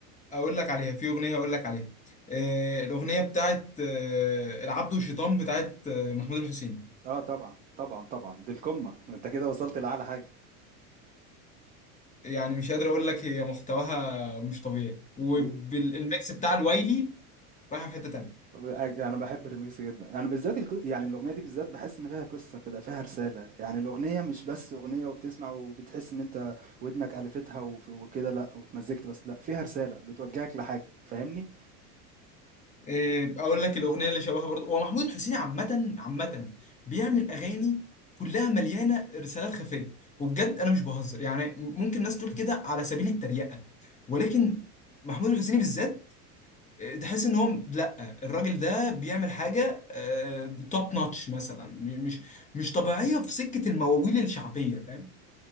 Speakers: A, on the left; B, on the right.
A: اقول لك عليها في اغنيه اقول لك عليها آه الاغنيه بتاعت آه العبد والشيطان بتاعت آه محمود الحسين
B: آه طبعًا، طبعًا، طبعًا، دي القمة، أنت كده وصلت لأعلى حاجة
A: يعني مش قادر اقول لك هي محتواها مش طبيعي والميكس
B: و
A: بتاع الوايلي رايحه في حته تانيه
B: أج أنا باحب الRemix جدًا، أنا بالذات الق يعني الأغنية دي بالذات باحس إن فيها قصة كده، فيها رسالة، يعني الأغنية مش بس أغنية وبتسمع وبتحس إن أنت ودنك ألفتها وف وكده لأ، واتمزجت بس لأ، فيها رسالة، بتوجهك لحاجة، فاهمني؟
A: إيه، اقول لك الاغنيه اللي شبهها برضه هو محمود الحسيني عامه عامه بيعمل اغاني كلها مليانه رسالات خفيه وبجد انا مش بهزر يعني ممكن ناس تقول كده على سبيل التريقه ولكن محمود الحسيني بالذات إيه، تحس ان هو لا الراجل ده بيعمل حاجه توب نوتش مثلا م- مش مش طبيعيه في سكه المواويل الشعبيه فاهم